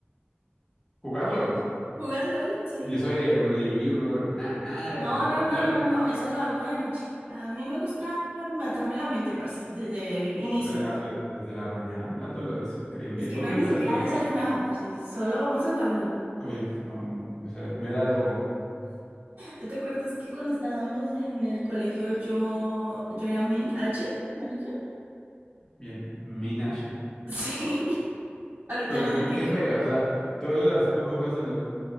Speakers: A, on the left; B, on the right.
A: ¿Jugar LOL?
B: <laughs> ¿Jugar LOL? Sí.
A: Y eso de leer un libro, nada, nada
B: No,
A: de eso.
B: no, no,
A: LOL.
B: no, no, eso lo hago de noche. A mí me gusta matarme la mente, parce, desde el inicio.
A: Pero la- de- Desde la mañana jugando LOL, eso es increíble.
B: Es
A: ¿Y
B: que
A: por
B: no
A: qué
B: hay ni
A: juegas
B: siquiera
A: LOL?
B: desayunado, parce, solo vamos a jugar LOL.
A: Oye, no, esa es mera droga.
B: ¿Tú te acuerdas que cuando estábamos en el colegio yo, yo era main H, marica?
A: Bien, Minache.
B: Sí, <laughs> ahorita
A: Pero
B: no
A: es que
B: sé
A: tú,
B: ni
A: ¿qué
B: co-
A: juegas? O sea, ¿tú desde hace cuánto juegas el LOL?